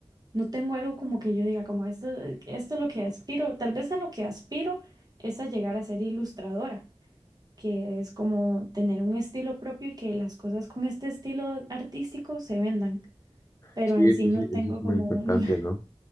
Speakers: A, on the right; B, on the left.
A: no tengo algo como que yo diga, como esto, esto es lo que aspiro, tal vez a lo que aspiro es a llegar a ser ilustradora, que es como tener un estilo propio y que las cosas con este estilo artístico se vendan, pero
B: Sí,
A: en
B: eso
A: sí no
B: sí,
A: tengo
B: eso es
A: como
B: muy impactante,
A: un, <laughs>
B: ¿no?